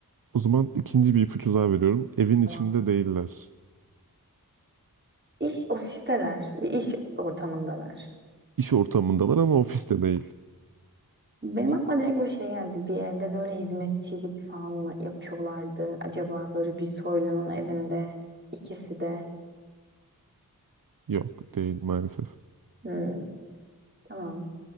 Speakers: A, on the right; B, on the right.
A: O zaman ikinci bir ipucu daha veriyorum. Evin
B: Tamam.
A: içinde değiller.
B: İş ofisteler. Bir iş ortamındalar.
A: İş ortamındalar ama ofiste değil.
B: Benim aklıma direkt böyle şey geldi. Bir evde böyle hizmetçilik falan mı yapıyorlardı? Acaba böyle bir soylunun evinde ikisi de.
A: Yok değil maalesef.
B: Hmm, tamam.